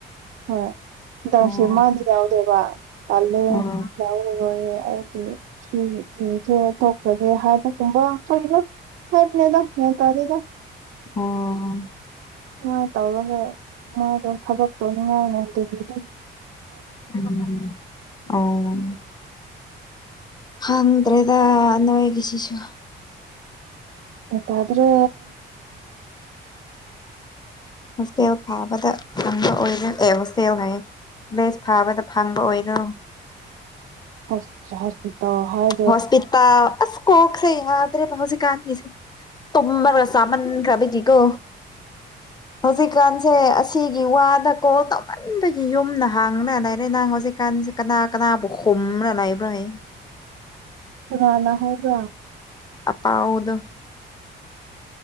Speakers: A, on the right (about 80°); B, on the left (about 20°).
A: <unintelligible> ꯇꯔꯁꯦ
B: ꯎꯝ
A: ꯃꯗꯤ ꯌꯥꯎꯗꯦꯕ ꯇꯜꯂꯦ
B: ꯎꯝ
A: ꯌꯥꯎꯔꯔꯣꯏꯌꯦ ꯑꯩꯗꯤ ꯁꯤ ꯃꯤꯁꯦ ꯊꯣꯛꯈ꯭ꯔꯒꯦ ꯍꯥꯏꯕꯒꯨꯝꯕ ꯀꯩꯅꯣ ꯍꯥꯏꯕꯅꯦꯗ ꯒ꯭ꯌꯥꯟ ꯇꯥꯗꯦꯗ
B: ꯑꯣ
A: ꯁꯨꯃꯥꯏꯅ ꯇꯧꯔꯒ ꯃꯥꯗꯣ ꯊꯕꯛ ꯇꯧꯅꯤꯡꯉꯥꯏꯅꯗꯦꯗ
B: <unintelligible> ꯈꯪꯗ꯭ꯔꯦꯗ ꯅꯣꯏꯒꯤꯁꯤꯁꯨ
A: ꯒ꯭ꯌꯥꯟ ꯇꯥꯗꯔꯦ
B: ꯍꯣꯁꯇꯦꯜ ꯐꯥꯕꯗ ꯐꯪꯕ ꯑꯣꯏꯔꯦ ꯑꯦ ꯍꯣꯁꯇꯦꯜ ꯍꯥꯏꯌꯦ ꯕꯦꯁ ꯐꯥꯕꯗ ꯐꯪꯕ ꯑꯣꯏꯔꯣ
A: ꯍꯣꯁ ꯍꯣꯁꯄꯤꯇꯥꯜ ꯍꯥꯏ
B: ꯍꯣꯁꯄꯤꯇꯥꯜ ꯑꯁ ꯀꯣꯛꯁꯦ ꯌꯥꯗ꯭ꯔꯦꯕ ꯍꯧꯖꯤꯛ ꯀꯥꯥꯟꯒꯤꯁꯦ ꯇꯨꯝꯕꯒ ꯆꯥꯃꯟꯈ꯭ꯔꯕꯒꯤꯀꯣ ꯍꯧꯖꯤꯛ ꯀꯥꯟꯁꯦ ꯑꯁ ꯁꯤꯒꯤ ꯋꯥꯗ ꯀꯣꯜ ꯇꯧꯃꯟꯕꯒꯤ ꯌꯨꯝꯅ ꯍꯥꯡꯅ ꯂꯩꯏꯔꯦꯅ ꯍꯧꯖꯤꯛꯀꯥꯟꯁꯦ ꯀꯅꯥ ꯀꯅꯥꯕꯨ ꯈꯨꯝꯃꯔ ꯂꯩꯕ꯭ꯔꯅꯦ
A: ꯀꯅꯥꯅ ꯍꯥꯏꯕ꯭ꯔꯥ
B: ꯑꯄꯥꯎꯗꯣ